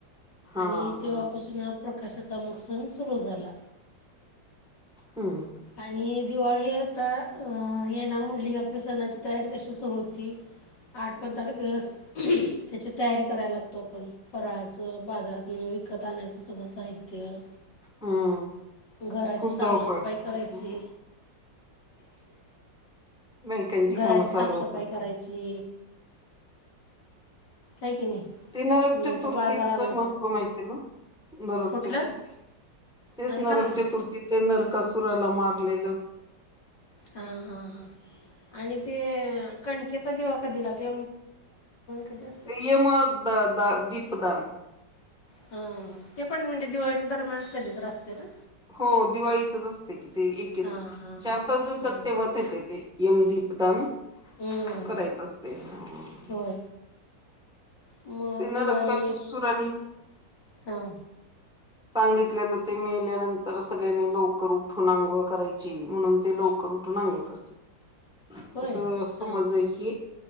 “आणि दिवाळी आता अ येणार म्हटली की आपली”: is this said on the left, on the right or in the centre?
Left